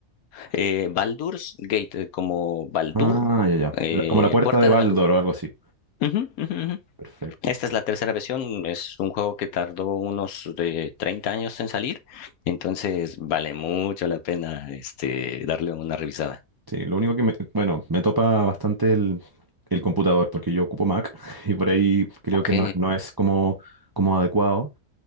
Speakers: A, on the left (about 85°); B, on the right (about 40°).
A: Eh, Baldur's Gate, eh, como Baldur,
B: Ah, ya, ya.
A: eh,
B: La- como la puerta
A: Puerta
B: de Baldor
A: de Baldur.
B: o algo así.
A: Ujú, ujú, ujú.
B: Perfecto.
A: Esta es la tercera versión, es un juego que tardó unos de 30 años en salir, entonces vale mucho la pena este, darle una revisada.
B: Sí, lo único que me, bueno, me topa bastante el, el computador porque yo ocupo Mac <laughs> y por ahí creo
A: Ok.
B: que no, no es como, como adecuado.